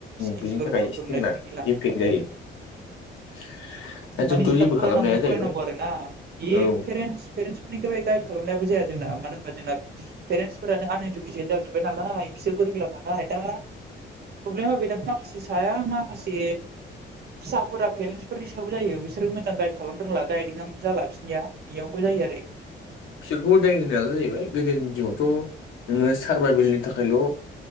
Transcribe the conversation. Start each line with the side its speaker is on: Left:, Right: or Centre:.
Right: स्किल्सफोरबो
Left: बेनि उम थाखायनो एसे
Right: फोरोंनाय
Left: जोंना
Right: बिदि गैला
Left: इमपेक्ट जायो। <inaudible>
Right: मानि जोंना
Left: जेबो
Right: फरायनांगौ
Left: खालामनो हाया जाहैबाय
Right: फरायनांगौ आरो ना बे
Left: औ
Right: पेरेन्टस पेरेन्टसफोरनिख गाइड खालामनायाबो जाया जोंना मानो होनबा जोंना पेरेन्टसफोरानो आन इडुकेटेड जाजोब्बाय नालाय बिसोरबो रोंला नालाय दा प्रब्लेमा बेनो माखासे साया माखासे फिसाफोरा पेरेन्टसफोरनि बेफ्रावबो जायो बिसबो मोजां गाइद खालाम रोंला गाइदिंआ जाला बिसिनिया बेयावबो जायो आरो
Left: बिसोरखौ उदाय होनायालाय जाहैबाय गोदोनि दिनावथ' नोङो सारभाइबेलनि थाखायल'